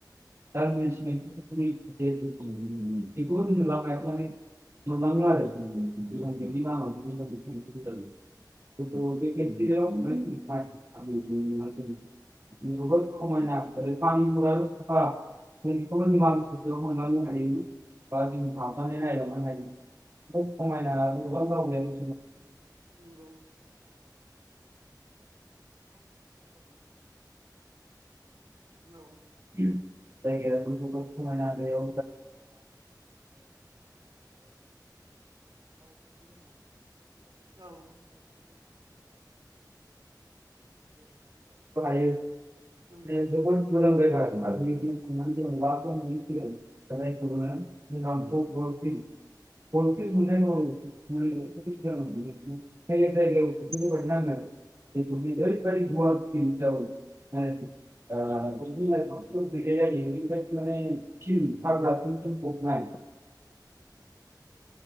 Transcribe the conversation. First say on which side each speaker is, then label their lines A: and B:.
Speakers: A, on the right; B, on the right.
A: <unintelligible> <unintelligible>
B: नंगौ
A: <unintelligible> <unintelligible>
B: औ
A: जों बेखौबो निमा ससे मोननानै हायो बा जों थांजानाय नायलनो हायो। जोबोद समायना गोबां दावबायारि
B: नंगौ औ
A: <unintelligible> <unintelligible> जायगायाबो जोबोद समायना जेरै
B: औ
A: <unintelligible> <unintelligible>
B: नंगौ
A: <unintelligible> <unintelligible> <unintelligible> <unintelligible> <unintelligible> <unintelligible> <unintelligible> <unintelligible>